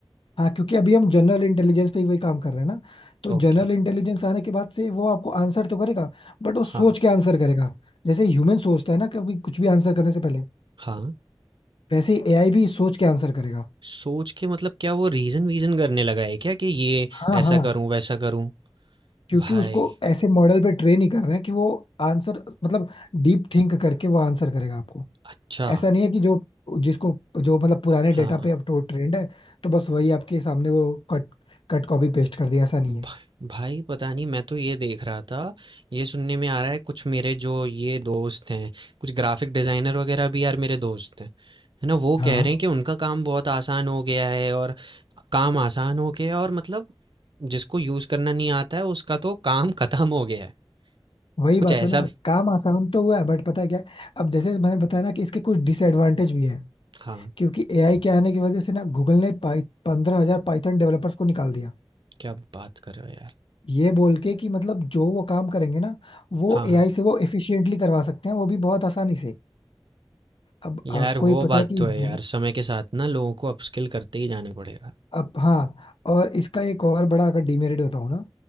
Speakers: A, on the left (about 85°); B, on the right (about 70°).
A: हाँ क्योंकि अभी हम जनरल इंटेलिजेंस पे ही वही काम कर रहे हैं ना तो
B: ओके
A: जनरल इंटेलिजेंस आने के बाद से वो आपको आंसर तो करेगा बट वो सोच
B: हाँ
A: के आंसर करेगा जैसे ह्यूमन सोचता है ना कभी कुछ भी आंसर करने से पहले
B: हाँ
A: वैसे एआई भी सोच के आंसर करेगा
B: सोच के मतलब क्या वो रीज़न वीज़न करने लगा है क्या कि ये
A: हाँ
B: ऐसा
A: हाँ
B: करूं वैसा करूं
A: क्योंकि
B: भाई
A: उसको ऐसे मॉडल पे ट्रेन ही कर रहे हैं कि वो आंसर मतलब डीप थिंक करके वो आंसर करेगा आपको
B: अच्छा
A: ऐसा नहीं है कि जो जिसको जो मतलब पुराने डेटा
B: हाँ
A: पे अब तो ट्रेंड है तो बस वही आपके सामने वो कट कट कॉपी पेस्ट कर दिया ऐसा नहीं
B: भा
A: है
B: भाई पता नहीं मैं तो ये देख रहा था ये सुनने में आ रहा है कुछ मेरे जो ये दोस्त हैं कुछ ग्राफिक डिजाइनर वगैरह भी यार मेरे दोस्त हैं है ना वो
A: हाँ
B: कह रहे हैं कि उनका काम बहुत आसान हो गया है और काम आसान हो गया है और मतलब जिसको यूज करना नहीं आता है उसका तो काम <laughs> खत्म हो गया है
A: वही
B: कुछ
A: बात
B: ऐसा
A: है ना
B: भी
A: काम आसान तो हुआ है बट पता है क्या है? अब जैसे मैंने बताया ना कि इसके कुछ डिसएडवांटेज भी है
B: हाँ
A: क्योंकि एआई के आने की वजह से ना गूगल ने पाई पंद्रह हजार पाइथन डेवलपर्स को निकाल दिया
B: क्या बात कर रहे हो यार
A: ये बोल के कि मतलब जो वो काम करेंगे ना वो
B: हाँ
A: एआई
B: हाँ
A: से वो एफिशिएंटली करवा सकते हैं वो भी बहुत आसानी से अब
B: यार
A: आपको ही
B: वो
A: पता
B: बात
A: है कि
B: तो है
A: जो-
B: यार समय के साथ ना लोगों को अपस्किल करते ही जाना पड़ेगा
A: अब हाँ और इसका एक और बड़ा अगर डिमेरिट बताऊँ ना